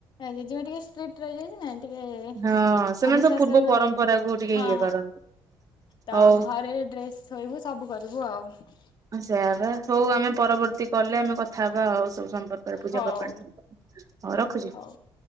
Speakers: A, on the left (about 55°); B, on the right (about 40°).
A: ଜେଜେମା ଟିକେ ଷ୍ଟ୍ରିଟ ରହିଯାଇଛି ନା। ଟିକେ
B: ହଁ ସେମାନେ
A: ଅନୁଶାସନ
B: ସବୁ ପୂର୍ବ ପରମ୍ପରାକୁ ଟିକେ
A: ହଁ।
B: ଇଏ କରନ୍ତି।
A: ତ
B: ହଉ
A: ଘରେ ଡ୍ରେସ୍ ଶୋଇବୁ ସବୁ କରିବୁ ଆଉ।
B: ସେୟ ହଉ ଆମେ ପରବର୍ତ୍ତୀ କଲେ ଆମେ କଥା ହବା ଆଉ ସବୁ ସମ୍ପର୍କ ପୂଜା
A: ହଉ
B: ପର୍ବାଣି ସମ୍ପର୍କ ହଁ ରଖୁଛି
A: ହଉ ହଁ